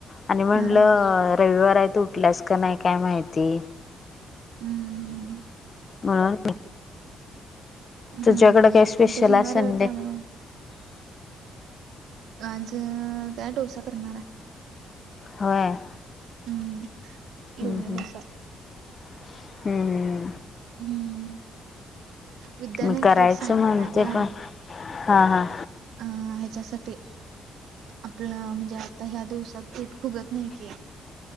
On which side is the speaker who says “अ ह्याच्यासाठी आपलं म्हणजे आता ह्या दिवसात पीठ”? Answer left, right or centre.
Right